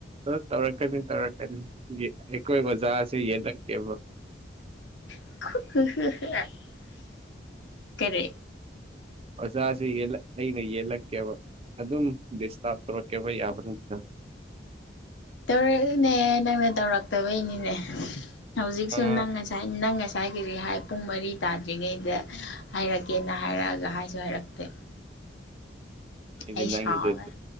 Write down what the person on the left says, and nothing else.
<inaudible> ꯀꯔꯤ
ꯇꯧꯔꯛꯏꯅꯦ ꯅꯪꯅ ꯇꯧꯔꯛꯇꯕꯩꯅꯤꯅꯦ ꯍꯧꯖꯤꯛꯁꯨ
ꯅꯪ ꯉꯁꯥꯏ ꯅꯪ ꯉꯁꯥꯏ ꯉꯁꯥꯏ ꯀꯔꯤ ꯍꯥꯏ ꯄꯨꯡ ꯃꯔꯤ ꯇꯥꯗ꯭ꯔꯤꯉꯩꯗ ꯍꯥꯏꯔꯛꯀꯦꯅ ꯍꯥꯏꯔꯛꯑꯒ ꯍꯥꯏꯁꯨ ꯍꯥꯏꯔꯛꯇꯦ
ꯑꯩ ꯁꯥꯎꯔꯦ